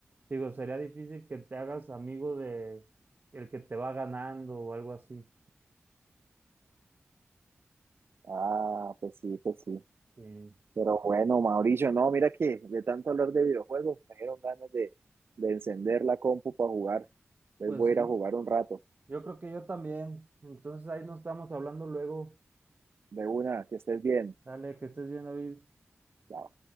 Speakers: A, on the right; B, on the right.
A: digo, sería difícil que te hagas amigo de el que te va ganando o algo así.
B: Ah, pues sí, pues sí.
A: Sí.
B: Pero bueno, Mauricio, no, mira que de tanto hablar de videojuegos me dieron ganas de, de encender la compu para jugar. Entonces
A: Pues
B: voy
A: sí,
B: a ir a jugar un rato.
A: yo creo que yo también. Entonces ahí nos estamos hablando luego.
B: De una, que estés bien.
A: Dale, que estés bien, David.
B: Chao.